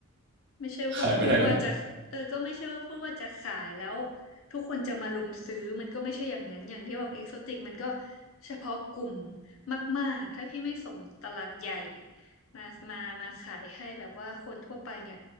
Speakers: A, on the left; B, on the right.
A: ไม่ใช่ว่าพูดว่าจะเออก็ไม่ใช่ว่าพูดว่าจะขายแล้ว
B: ขายไม่ได้ก็ต้อง
A: ทุกคนจะมารุมซื้อมันก็ไม่ใช่อย่างนั้นอย่างที่บอกเอ็กโซติกมันก็เฉพาะกลุ่มมากๆถ้าพี่ไม่ส่งตลาดใหญ่มามามาขายให้แบบว่าคนทั่วไปเนี่ย